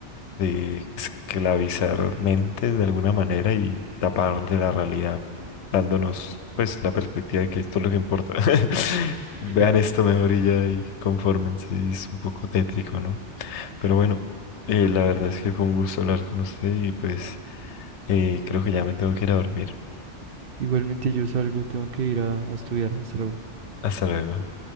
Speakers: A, on the left (about 70°); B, on the right (about 60°).
A: de esclavizar mentes de alguna manera y tapar de la realidad, dándonos pues la perspectiva de que esto es lo que importa. <laughs> Vean
B: <laughs>
A: esto mejor y ya y confórmense, y es un poco tétrico, ¿no? Pero bueno, eh, la verdad es que fue un gusto hablar con usted y pues eh, creo que ya me tengo que ir a dormir.
B: Igualmente yo salgo, tengo que ir a, a estudiar. Hasta luego.
A: Hasta luego.